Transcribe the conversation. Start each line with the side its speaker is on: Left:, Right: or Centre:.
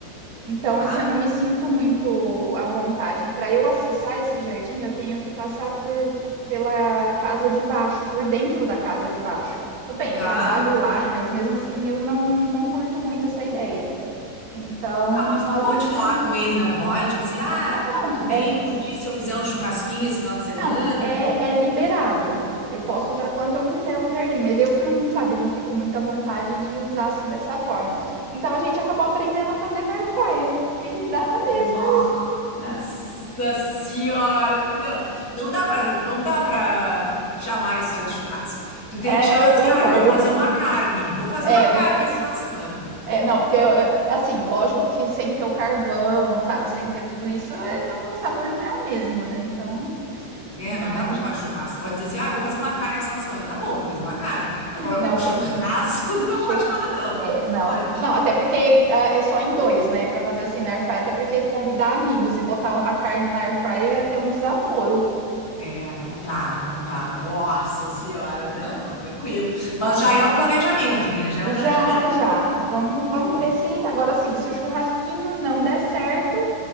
Right: Então,
Left: Tá?
Right: assim, eu não me sinto muito à vontade. E para eu acessar esse jardim, eu tenho que passar por pela casa de baixo, por dentro da casa de baixo. Tudo bem, eu
Left: Tá?
Right: trabalho lá, mas mesmo assim eu não, não curto muito essa ideia. Então,
Left: Ah, mas tu
Right: a
Left: pode
Right: gente
Left: falar com ele, não pode? Tipo assim, ah,
Right: não, não,
Left: tudo bem
Right: é
Left: por ti se eu fizer um churrasquinho esse final de semana?
Right: Não, é é liberado. Eu posso usar quanto eu quiser o jardim, mas eu que não, sabe, não fico muita vontade de usar, assim, dessa forma. Então a gente acabou aprendendo a fazer na air fryer, que dá na mesma.
Left: Nossa senhora, não, não dá para, não dá para chamar isso aí de churrasco. Tu tem
Right: É,
Left: que chamar
Right: eu
Left: assim,
Right: concordo.
Left: ah, eu vou fazer uma carne, vou fazer
Right: É,
Left: uma
Right: eu
Left: carne
Right: vou
Left: esse final de semana.
Right: é, não, porque, eh, assim, lógico que sem ter o carvão, sabe, sem ter tudo isso, eh, não o sabor não é o mesmo, né, então
Left: É,
Right: mas
Left: não dá para chamar de churrasco. Pode dizer assim, ah, eu vou fazer uma carne esse final de semana. Tá bom, vou fazer uma carne. Agora,
Right: não,
Left: um churrasco,
Right: eu
Left: tu
Right: Churrasco.
Left: não pode falar não,
Right: É,
Left: não
Right: não.
Left: pode.
Right: Não, até porque ah, é só em dois, né? Pra fazer assim na air fryer, até porque convidar amigos e botar a carne na air fryer é até um desaforo.
Left: É, não dá, não dá. Nossa senhora, não, mas tranquilo. Mas já é um planejamento, né? Já é
Right: Já,
Left: um planejamento.
Right: já. Vamos, vamos
Left: Boa.
Right: ver se agora sim, se o churrasquinho não der certo,